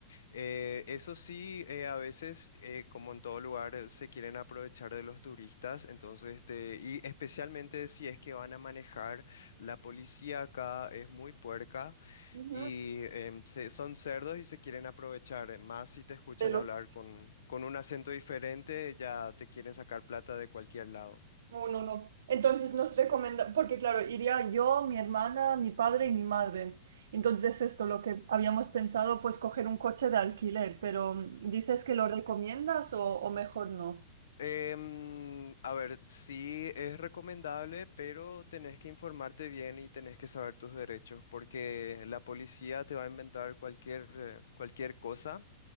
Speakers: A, on the left; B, on the right.
A: Eh, eso sí, eh, a veces, eh, como en todo lugar, eh, se quieren aprovechar de los turistas, entonces, este, y especialmente si es que van a manejar, la policía acá es muy puerca.
B: Ujú.
A: Y em, se- son cerdos y se quieren aprovechar, eh, más si te escuchan
B: de los
A: hablar con, con un acento diferente, ya te quieren sacar plata de cualquier lado.
B: No, no, no. Entonces nos recomienda, porque claro, iría yo, mi hermana, mi padre y mi madre. Entonces esto, lo que habíamos pensado, pues coger un coche de alquiler, pero mm, ¿dices que lo recomiendas o, o mejor no?
A: Em, a ver, sí es recomendable, pero tenés que informarte bien y tenés que saber tus derechos, porque la policía te va a inventar cualquier, eh, cualquier cosa